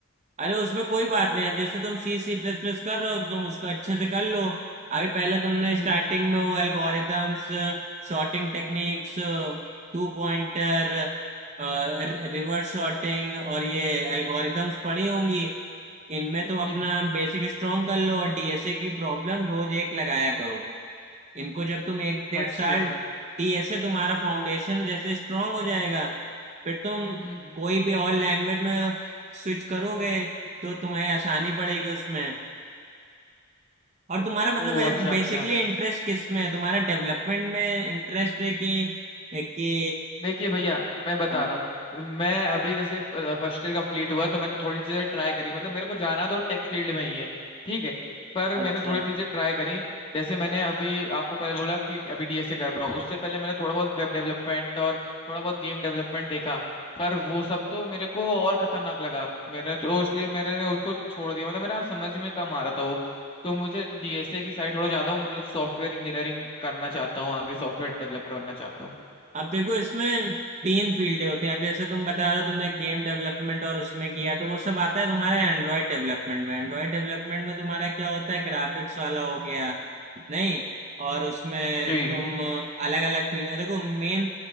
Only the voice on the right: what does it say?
अरे उसमें कोई बात नहीं अब जैसे तुम सी सी प्लस प्लस कर रहे हो तो तुम उसको अच्छे से कर लो अभी पहले तुमने
स्टार्टिंग में वो algorithms sorting techniques two pointer reverse sorting और ये एल्गोरिदम्स पढ़ी होंगी इनमें तुम अपना
बेसिक स्ट्रॉन्ग कर लो और डीएसए की प्रॉब्लम रोज एक लगाया करो इनको जब तुम एक डेढ़
साल दिए से तुम्हारा फाउंडेशन जैसे स्ट्रांग हो जाएगा फिर तुम
कोई भी और लैंग्वेज में स्विच करोगे तो तुम्हें आसानी पड़ेगी उसमें और तुम्हारा मतलब
है
बेसिकली
इंटरेस्ट किस में है तुम्हारा डेवलपमेंट में इंटरेस्ट है कि कि
हाँ
अच्छा
अब देखो इसमें तीन फील्डें होती हैं अब जैसे तुम बता रहे हो तुमने गेम डेवलपमेंट और उसमें किया तो वो सब आता है तुम्हारे एंड्रॉयड डेवलपमेंट में एंड्रॉयड डेवलपमेंट में तुम्हारा क्या होता है ग्राफिक्स वाला हो गया नहीं और उसमें
तुम अलग अलग फील्ड देखो मेन